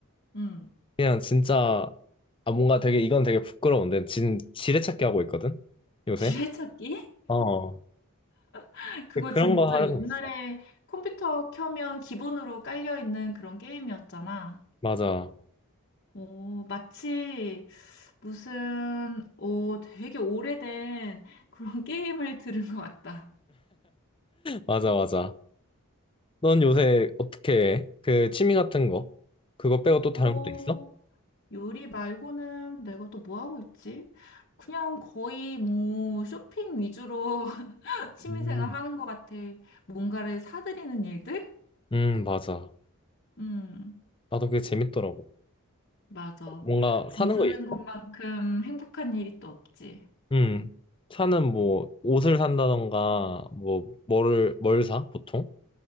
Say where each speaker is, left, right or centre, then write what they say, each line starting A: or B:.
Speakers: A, on the left; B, on the left.
A: 음,
B: 그냥 진짜, 아, 뭔가 되게, 이건 되게 부끄러운데, 지금 지뢰찾기 하고 있거든? 요새?
A: 지뢰찾기?
B: 어.
A: <laughs> 그거
B: 근데 그런
A: 진짜
B: 거 하고
A: 옛날에
B: 있어.
A: 컴퓨터 켜면 기본으로 깔려있는 그런 게임이었잖아.
B: 맞아.
A: 오, 마치 무슨, 오, 되게 오래된 그런 <laughs> 게임을 들은 것 같다.
B: <laughs> 맞아, 맞아. 넌 요새 어떻게 해? 그 취미 같은 거? 그거 빼고 또 다른
A: 오,
B: 것도 있어?
A: 요리 말고는 내가 또 뭐 하고 있지? 그냥 거의 뭐 쇼핑 위주로 취미생활
B: 음.
A: 하는 것 같아. 뭔가를 사들이는 일들?
B: 음, 맞아.
A: 음,
B: 나도 그게 재밌더라고.
A: 맞아.
B: 뭔가
A: 돈
B: 사는
A: 쓰는
B: 거 있어?
A: 것만큼 행복한 일이 또 없지.
B: 음. 차는 뭐 옷을 산다던가 뭐 뭐를 뭘 사? 보통?